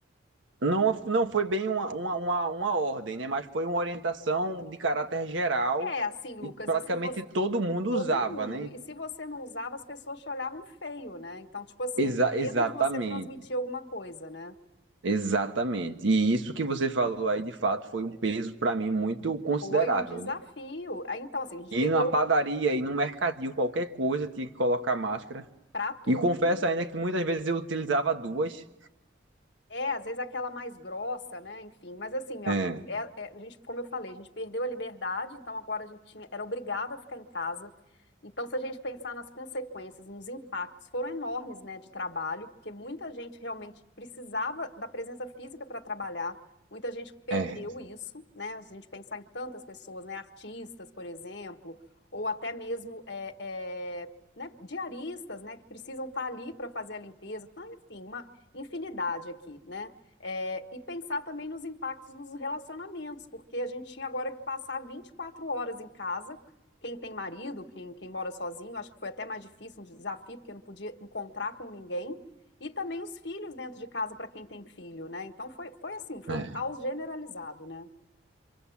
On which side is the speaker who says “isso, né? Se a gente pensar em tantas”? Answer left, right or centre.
Left